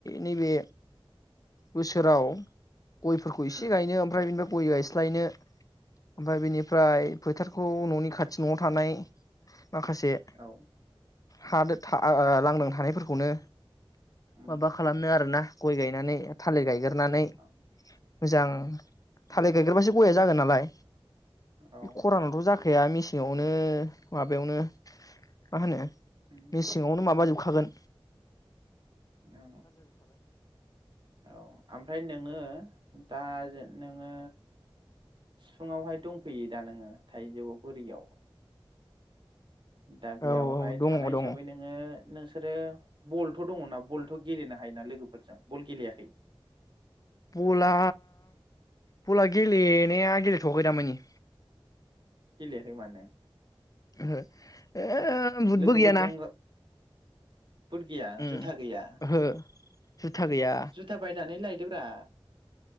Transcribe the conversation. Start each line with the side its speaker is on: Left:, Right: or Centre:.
Left: नैबे बोसोराव गयफोरखौ इसे
Right: उम
Left: गायनो ओमफ्राय बेनिफ्राय गय गायस्लायनो ओमफ्राय बेनिफ्राय फोथारखौ न'नि खाथि न'आव थानाय माखासे
Right: औ
Left: हा दो था ओ लांदां थानायफोरखौनो
Right: उम
Left: माबा खालामनो आरोना गय गाय नानै थालिर गायगारनानै
Right: औ औ
Left: मोजां
Right: औ
Left: थालिर गायगोरबासो गया जागोन नालाय
Right: औ
Left: खरानथ' जा खाया मेसेङावनो माबायावनो मा होनो <inaudible>
Right: उम
Left: हागोन
Right: औ औ आमफ्राय नों नोङो दा नोङो सिफुुंआवहाय दंफैयो दा नोङो थाइजौगुरिआव? दा बेयावहाय
Left: औ औ दङ
Right: थानाय हिसाबै
Left: दङ
Right: नोङो नों सोरो बलथ' दङना बलथ' गेलेनो हायोना लोगोफोरजों बल गेलेयाखै?
Left: बला बला गेलेनाया गेलेथ'आखै दामानि
Right: गेलेयाखै माने
Left: ओहो ओ हो बुदबो
Right: लोगोफोरजों
Left: गैयाना
Right: बुट गैया
Left: उम
Right: जुथा गैया
Left: ओहो जुथा गैया
Right: जुथा बायनानै लाइ दोब्रा